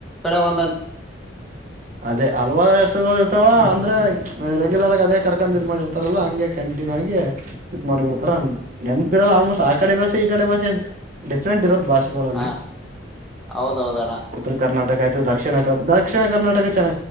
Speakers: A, in the centre; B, on the right.
A: ಕಡೆ ಒಂದೊಂದ್
B: ಅದೇ ಹಲ್ವಾದ ಎಸ್ಸಗಳು ಇರ್ತಾವ ಅಂದ್ರೆ ರೆಗ್ಯುಲರ್ ಆಗಿ ಅದೇ ಕರೆಕ್ ಇದ್ ಮಾಡಿರ್ತಾರಲ್ಲ ಹಂಗೆ ಕಂಟಿನ್ಯೂ ಆಗಿ ಇದ್ ಮಾಡಿ ಬಿಡ್ಾರ ನೆನ್ಪಿರಲ್ಲ ಆಲ್ಮೋಸ್ಟ್ ಆ ಕಡೆ ಬಸ ಈ ಕಡೆ ಭಾಷೆ ಡಿಫ್ರೆಂಟ್ ಇರೋದು ಭಾಷೆಗಳಲ್ಲಿ
A: ಹ ಹೌದೌದಣ್ಣ
B: ಉತ್ತರ ಕರ್ನಾಟಕ ಆಯತ ಇದು ದಕ್ಷಿಣ ಕ ದಕ್ಷಿಣ ಕರ್ನಾಟಕ ಚೆನ್ನ